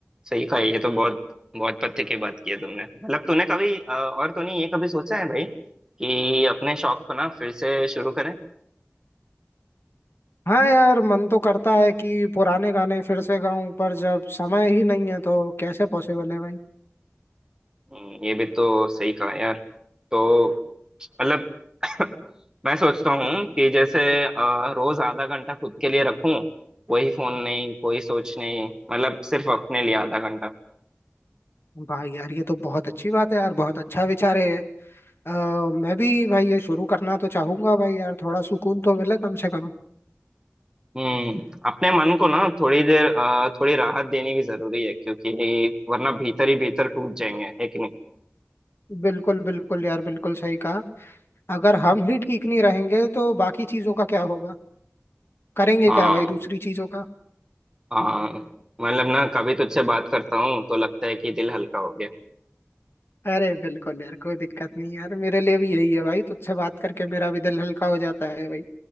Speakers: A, on the right; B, on the left.
A: सही कहा ये तो बहुत बहुत पते की बात की है तुमने मतलब तूने कभी अ, और तूने ये कभी सोचा है भाई कि अपने शौक को ना फिर से शुरू करें
B: हाँ यार मन तो करता है कि पुराने गाने फिर से गाऊं पर जब समय ही नहीं है तो कैसे पॉसिबल है भाई
A: हम्म, ये भी तो सही कहा यार तो मतलब <laughs> मैं सोचता हूँ कि जैसे अ, रोज आधा घंटा खुद के लिए रखूं कोई फोन नहीं कोई सोच नहीं मतलब सिर्फ अपने लिए आधा घंटा
B: भाई यार ये तो बहुत अच्छी बात है यार बहुत अच्छा विचार है अ, मैं भी भाई ये शुरू करना तो चाहूंगा भाई यार थोड़ा सुकून तो मिले कम से कम
A: हम्म अपने मन को ना थोड़ी देर अ, थोड़ी राहत देनी भी जरूरी है क्योंकि वरना भीतर ही भीतर टूट जाएंगे है कि नहीं
B: बिल्कुल बिल्कुल यार बिल्कुल सही कहा अगर हम ही ठीक नहीं रहेंगे तो बाकी चीजों का क्या होगा करेंगे
A: हाँ
B: क्या भाई दूसरी चीजों का
A: हाँ मतलब ना कभी तुझसे बात करता हूँ तो लगता है कि दिल हल्का हो गया
B: अरे बिल्कुल यार कोई दिक्कत नहीं यार मेरे लिए भी यही है भाई तुझसे बात करके मेरा भी दिल हल्का हो जाता है भाई